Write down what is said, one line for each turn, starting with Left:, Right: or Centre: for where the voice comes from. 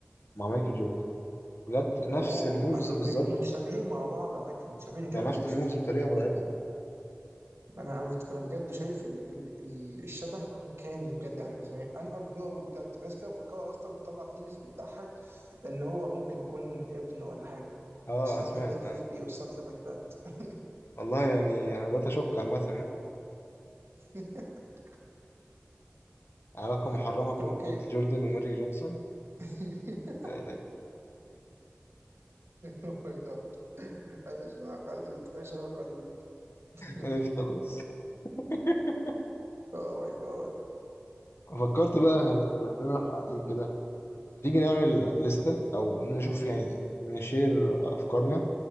Left: مع مايكل جوردن بجد نفس
Right: اوه
Left: الموفز
Right: ما- ب-
Left: بالظبط
Right: متشابهين مع بعض على فكره متشابهين جدا
Left: يعني نفس
Right: يا اسطى
Left: الموفز بطريقه مرعبه
Right: انا انا أنا بجد شايف ال ال ال الشبه انكاني بجد يعني مثلا ان اجنورابل بجد في ناس كده مفكره اصلا بيطلع ثيريز بتضحك ان هو ممكن يكون ابن ولا حاجه
Left: اه
Right: بس التاني
Left: سمعت
Right: مش راضي يعترف
Left: آه.
Right: بيه او something like that
Left: والله يعني انا بدأت اشك عامه
Right: <laughs>
Left: <laughs> علاقه محرمه بين
Right: طب اوكي
Left: مايكل جوردن وماجيك جونسون
Right: <laughs>
Left: لا لا
Right: اوه ماي جاد ايش علاقه دود ايش علاقه دود <laughs>
Left: ماشي خلاص <laughs>
Right: اوه ماي جاد
Left: فكرت بقى يعني بما اننا احنا قاعدين كده هتيجي نعمل لستة أو نشوف يعني نشير أفكارنا